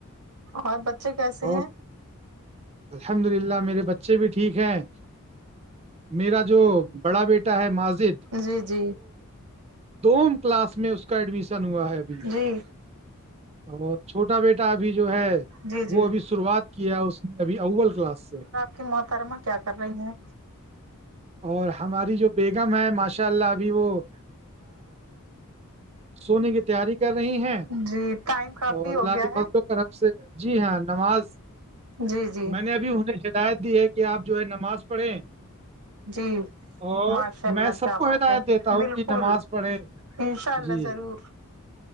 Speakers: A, on the right; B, on the right.
A: اور بچے کیسے
B: اور
A: ہیں
B: الحمد للہ میرے بچے بھی ٹھیک ہیں میرا جو بڑا بیٹا ہے ماجد
A: جی جی
B: دووم کلاس میں اس کا ایڈمیشن ہوا ہے ابھی
A: جی
B: اور چھوٹا بیٹا ابھی جو ہے
A: جی جی
B: وہ ابھی شروعات کیا اس نے ابھی اول کلاس سے
A: کہ محترمہ کیا کر رہی ہیں
B: اور ہماری جو بیگم ہے ماشاء اللہ ابھی وہ سونے کے تیاری کر رہی ہیں
A: جی ٹائم کافی
B: اور اللہ
A: ہو گیا
B: کے فضل
A: ہے
B: و کرم سے جی ہاں نماز
A: جی جی
B: میں نے ابھی انہیں ہدایت دی ہے کہ آپ جو ہے نماز پڑھیں
A: جی
B: اور
A: ماشاء اللہ
B: میں سب
A: کیا
B: کو
A: بات
B: ہدایت
A: ہے
B: دیتا ہوں
A: بالکل
B: کہ نماز پڑھیں
A: انشاء اللہ
B: جی
A: ضرور